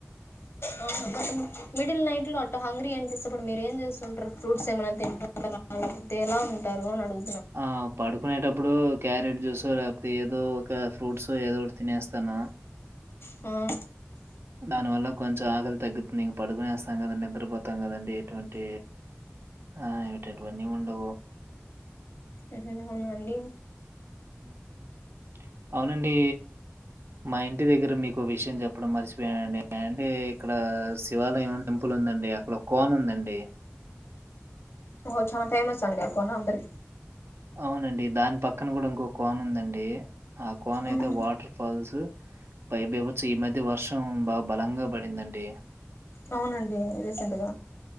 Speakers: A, on the left; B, on the right.
A: అవును మిడిల్ నైట్ లో అట్ట హంగ్రీ అని ఇప్పుడు మీరు ఏం చేస్త ఉంటారు ఫ్రూట్స్ ఏమైనా తింటారా లేకపోతే ఎలా ఉంటారు అని అడుగు
B: ఆ పడుకునేటప్పుడు క్యారెట్ జ్యూస్ లేకపోతే ఏదో ఒక ఫ్రూట్స్ ఏదోటి తినేస్తాను
A: ఆ
B: దానివల్ల కొంచెం ఆకలి తగ్గుతుంది. ఇగా పడుకునేస్తాం కదండి, నిద్రపోతాం కదండి. ఎటువంటి ఆ ఏటటువన్నీ ఉండవు.
A: ఆహ్ అవునాఅండి.
B: ఉహ్ అవునండీ మా ఇంటి దగ్గర మీకు విషయం చెప్పడం మర్చిపోయానండి. అంటే ఇక్కడ శివాలయం టెంపుల్ ఉందండి, అక్కడ కోన ఉందండి.
A: ఓహో చానా ఫేమస్ అండి ఆ కోన అందరికి.
B: అవునండి దాని పక్కన కూడా ఇంకో కోన ఉందండి. ఆ కోన్ అయితే
A: ఉహు
B: వాటర్ ఫాల్స్ పైపేయవచ్చు ఈ మధ్య వర్షం బాగా బలంగా పడిందండి.
A: అవునండి రీసెంటగా.